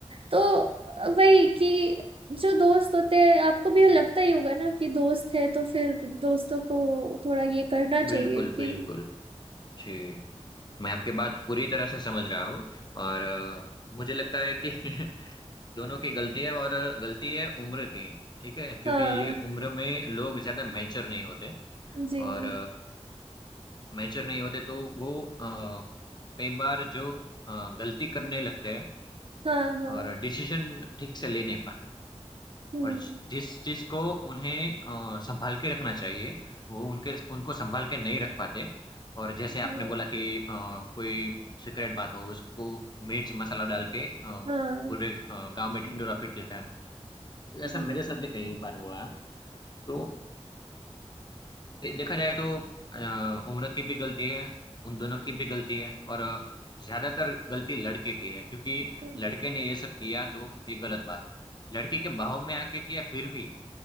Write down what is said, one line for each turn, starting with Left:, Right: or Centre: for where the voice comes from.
Right: तो अ, वही कि जो दोस्त होते हैं आपको भी
Left: जी
Right: लगता ही होगा ना कि दोस्त है तो फिर दोस्तों को थोड़ा ये करना चाहिए
Left: बिल्कुल
Right: कि
Left: बिल्कुल जी मैं आपकी बात पूरी तरह से समझ रहा हूँ और अ, मुझे लगता है कि <laughs> दोनों की गलती है और गलती है उम्र की ठीक है क्योंकि
Right: हाँ
Left: ये उम्र में लोग ज्यादा मैच्योर नहीं होते
Right: जी
Left: और मैच्योर नहीं होते तो वो अ, कई बार जो अ, गलती करने लगते हैं
Right: हाँ हाँ
Left: और डिसीजन ठीक से ले नहीं पाते
Right: हम्म
Left: और जि- जिस चीज को उन्हें अ, संभाल के रखना चाहिए वो उनके उनको संभाल के नहीं रख पाते और जैसे आपने
Right: जी
Left: बोला कि अ, कोई सीक्रेट बात हो उसको मिर्च मसाला डाल के अ,
Right: हाँ
Left: पूरे अ, गांव में ढिंडोरा पीट देता है तो ऐसा
Right: हम्म
Left: मेरे साथ भी कई बार हुआ है। तो दे- देखा जाए तो अ, उम्र की भी गलती है उन दोनों की भी गलती है और अ, ज्यादातर गलती लड़के की है क्योंकि
Right: हम्म।
Left: लड़के ने ये सब किया तो ये गलत बात है लड़की के बहाव में आके किया फिर भी